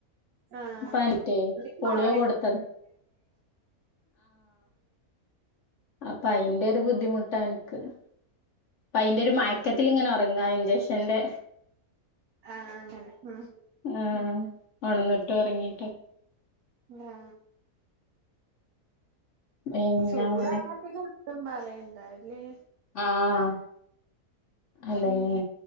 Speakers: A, on the right; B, on the left.
A: ആ
B: പനിറ്റേ
A: <unintelligible>
B: പോളിയോ
A: ആ
B: കൊടുത്തത് അപ്പ അയിന്റരു ബുദ്ധിമുട്ടാ എനക്ക്. അപ്പയിന്റെരു
A: ഉം
B: മയക്കത്തിലിങ്ങനൊറങ്ങുവാ
A: ഉം ഉം
B: അയിന്റെഷം. എന്റെ
A: ആഹ് അങ്ങനെ ഉം
B: ആ
A: ഉം
B: ഒണന്നിട്ടൊറങ്ങിട്ട്.
A: ആ
B: പിന്നെ
A: ചൂടാണെ
B: അങ്ങനെ
A: പിന്നെ ഒട്ടും പറയ് എന്താല്ലേ
B: ആഹ അല്ലല്ലേ
A: ഉം